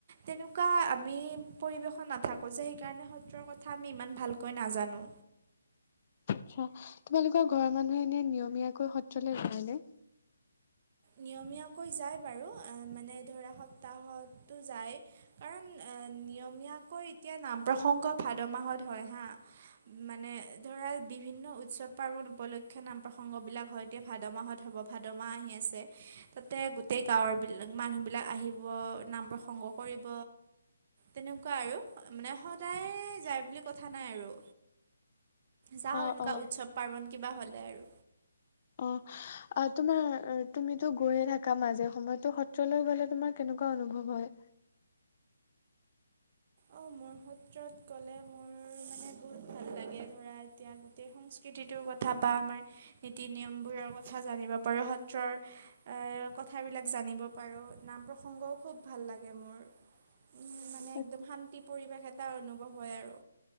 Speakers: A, on the right (about 30°); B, on the left (about 35°).
A: তেনেকুৱা আমি পৰিৱেশত নাথাকো যে, সেইকাৰণে সত্ৰৰ কথা আমি ইমান ভালকৈ নাজানো।
B: আচ্ছা। তোমালোকৰ ঘৰৰ মানুহে এনে নিয়মীয়াকৈ সত্ৰলৈ যায় নে?
A: নিয়মীয়াকৈ যায় বাৰু, মানে ধৰা সপ্তাহতো যায়। কাৰণ নিয়মীয়াকৈ এতিয়া নাম প্ৰসংগ ভাদ মাহত হয় হা। মানে ধৰা বিভিন্ন উৎসৱ পাৰ্বন উপলক্ষে নাম প্ৰসংগ বিলাক হয়। এতিয়া ভাদ মাহত হ'ব, ভাদ মাহ আহি আছে। তাতে গোটেই গাঁৱৰবিলাক মানুহবিলাক আহিব নাম প্ৰসংগ কৰিব। তেনেকুৱা আৰু মানে সদায় যায় বুলি কথা নাই আৰু। যাওঁ
B: অ
A: এনেকুৱা
B: অ
A: উৎসৱ পাৰ্বন কিবা হ'লে আৰু।
B: অহ। আহ তোমাৰ তুমিতো গৈয়ে থাকা মাজে সময়তো সত্ৰলৈ গলে তোমাৰ কেনেকুৱা অনুভৱ হয়?
A: অঁ মোৰ সত্ৰত গ'লে মোৰ মানে বহুত ভাল লাগে ধৰা এতিয়া গোটেই সংস্কৃতিটোৰ কথা বা আমাৰ নীতি নিয়মবোৰৰ কথা জানিব পাৰোঁ সত্ৰৰ আহ কথাবিলাক জানিব পাৰো, নাম প্ৰসংগও খুব ভাল লাগে মোৰ।
B: <inaudible>
A: মানে একদম শান্তি পৰিৱেশ এটা অনুভৱ হয় আৰু।